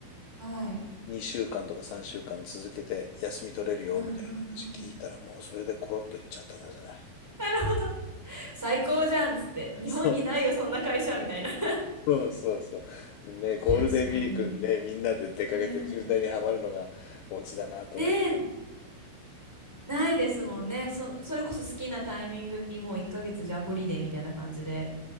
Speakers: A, in the centre; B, on the left (about 85°).
A: はい。
B: 2週間とか3週間続けて休み取れるよみたいな話聞いたらもうそれでコロッといっちゃったんですよね。
A: うんうんうん。なるほど。最高じゃんっつって、日本にないよ、
B: そう
A: そんな会社みたいな。<laughs>
B: そうそうそう。ね、ゴールデンウィークにね、
A: 確かに。
B: みんなで出かけて渋滞にはまるのがオチだなと思って。
A: うん。ねえ、ないですもんね。そ、それこそ好きなタイミングにもう1ヶ月じゃあホリデーみたいな感じで、